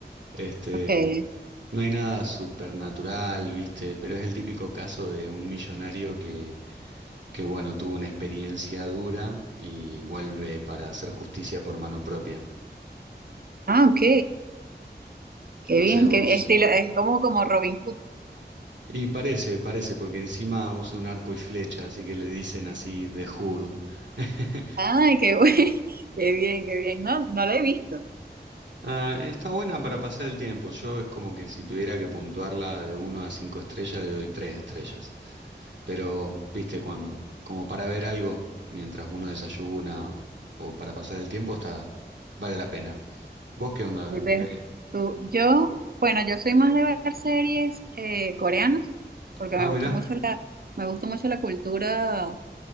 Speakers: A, on the right; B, on the right.
A: Este,
B: Okay.
A: no hay nada supernatural, ¿viste? Pero es el típico caso de un millonario que, que, bueno, tuvo una experiencia dura y vuelve para hacer justicia por mano propia.
B: Ah, ok. Qué
A: No
B: bien,
A: sé
B: qué
A: vos.
B: estilo, es como, como Robin Hood.
A: Y parece, parece, porque encima usa un arco y flecha, así que le dicen así de Hood. <laughs>
B: Ay, qué bueno. <laughs> Qué bien, qué bien. No, no la he visto.
A: Ah, está buena para pasar el tiempo. Yo es como que si tuviera que puntuarla de uno a 5 estrellas, le doy 3 estrellas. Pero, viste, cuando, como para ver algo mientras uno desayuna o para pasar el tiempo, está, vale la pena. ¿Vos qué onda?
B: ve-
A: Ve-
B: Tú, yo, bueno, yo soy más de ver series eh, coreanas, porque
A: Ah,
B: me
A: mirá,
B: gusta mucho la, me gusta mucho la cultura